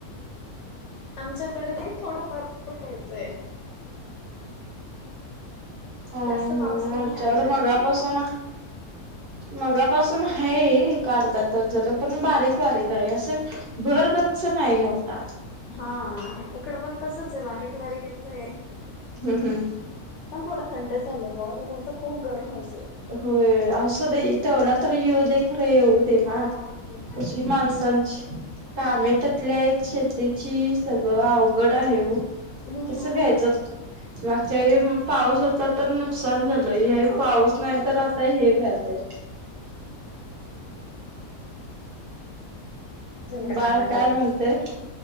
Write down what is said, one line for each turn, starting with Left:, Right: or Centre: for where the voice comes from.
Left: आमच्याकडे नाही थोडाफार उटुक राहतोय
Right: हम
Left: जास्त पाऊस
Right: ह
Left: नाहीये
Right: आमच्याकड
Left: आमच्याकडे
Right: मगापासून मगापासून पण आहे अर्धातात झालं पण बारीक बारीक आहे असं भरगचच नाही मोठा
Left: हा इकड पण तसच आहे बारीक बारीक येतोय
Right: हम हं
Left: पण थोडा थंड झाचाल बर खूप गरम आहेयच
Right: होय असं इथवढ तर येऊ दे खरे येऊ देवा
Left: हो ते पण
Right: कशी
Left: आहे
Right: माणसांची कामे त्यातल्या श त्याची सगळं अवघड आहे
Left: हम्म
Right: कसं घ्यायचं मागच्या पाऊस होता तर नुकसान झालं ह
Left: हो
Right: पाऊस नाही तर आता हे झालंय
Left: झोपट
Right: बाळ
Left: काकण
Right: काय
Left: जवळ
Right: म्हणते
Left: जा